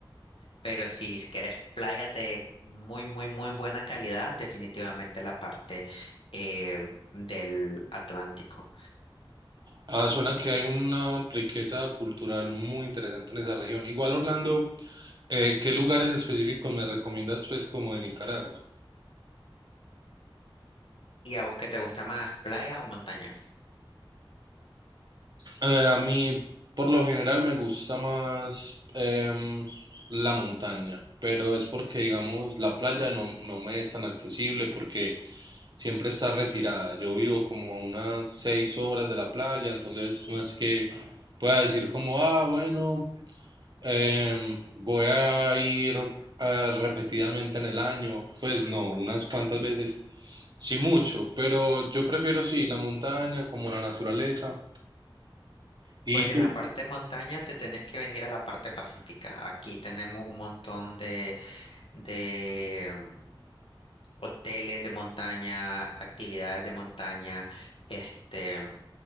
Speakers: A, on the left; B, on the right.
A: pero si querés playas de muy, muy, muy buena calidad, definitivamente la parte eh, del Atlántico.
B: Ah, suena que hay una riqueza cultural muy interesante en esa región. Igual, Orlando, eh, ¿qué lugares específicos me recomiendas, pues, como de Nicaragua?
A: ¿Y a vos qué te gusta más, playa o montaña?
B: Eh, a mí, por lo general, me gusta más em, la montaña, pero es porque, digamos, la playa no, no me es tan accesible porque siempre está retirada. Yo vivo como a unas seis horas de la playa, entonces no es que pueda decir como, ah, bueno, em, voy a ir eh, repetidamente en el año. Pues no, unas cuantas veces, sí mucho, pero yo prefiero sí la montaña como la naturaleza. ¿Y
A: Pues
B: tú?
A: en la parte de montaña te tenés que venir a la parte pacífica. Aquí tenemos un montón de, de mm, hoteles de montaña, actividades de montaña, este...